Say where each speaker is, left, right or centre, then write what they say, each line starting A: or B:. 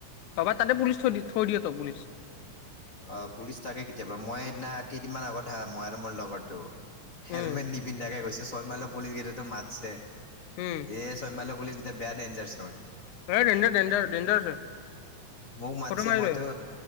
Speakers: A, on the left (about 75°); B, on the left (about 60°).
A: ভবা তাতে পুলিচ থৈ দি থৈ দিয়ে ত'পুলিচ।
B: অ, পুলিচ তাকে কেতিয়াবা মই সেইদিনা কেইদিনমান আগত হা মই আৰু মোৰ লগৰটো হেলমেট
A: উম
B: নিপিন্ধাকে গৈছোঁ ছয় মাইলৰ পুলিচ কেইটাইটো মাতচে।
A: উম,
B: য়ে ছয় মাইলৰ পুলিচ কেটা বেয়া দেঞ্জাৰ চুন।
A: এই ডেঞ্জাৰ ডেঞ্জাৰ ডেঞ্জাৰ আছে
B: মোক মাতছে
A: ফটো মাৰি
B: মইতো
A: লৈ